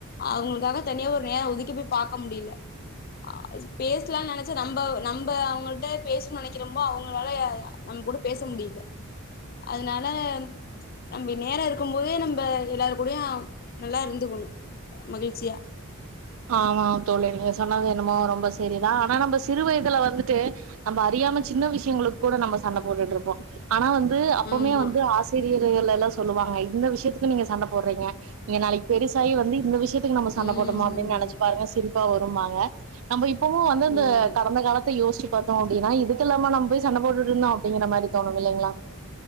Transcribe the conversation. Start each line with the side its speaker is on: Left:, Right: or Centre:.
Left: அவுங்களுக்காக தனியா ஒரு நேரோ ஒதுக்கி பொய் பாக்க முடில ஆ பேசலான்னு நெனைச்சா நம்ப நம்ப அவங்கள்ட்ட பேசனும்னு நெனைக்கிறம்போ அவுங்களால நம்ம கூட பேச முடில அதனால நம்ப நேரோ இருக்கும் போதே நம்ப எல்லாரு கூடயு நல்லா இருந்துக்கணு மகிழ்ச்சியா
Right: ஆமாம் தோழரே நீங்க சொன்னது என்னமோ ரொம்ப செரிதா ஆனா நம்ப சிறு வயதுல வந்துட்டு நம்ப அறி றியாம சின்ன விஷயங்களுக்கு கூட நம்ம சண்ட போட்டுட்ருப்போ ஆனா வந்து அப்பமே
Left: ஆமா
Right: வந்து ஆசிரியர்கள்லெல்லா சொல் சொல்லுவாங்க இந்த விஷயத்துக்கு நீங்க சண்ட போடுறீங்க நீங்க நாளைக்கி பெருசாயி வந்து இந்த விஷயத்துக்கு நம்ம சண்ட
Left: ம்
Right: போட்டமா அப் பாருங்க சிரிப்பா வரும்பாங்க நம்ம இப்பவு வந்து அந்த
Left: ம்
Right: கடந்த காலத்த யோசிச் பாத்தோ அப்டின்னா இதுக்கு எல்லாம நம்ம போய் சண்ட போட்டுட்ருந்தோ அப்படிங்கிறமாரி தோணும் இல்லைங்களா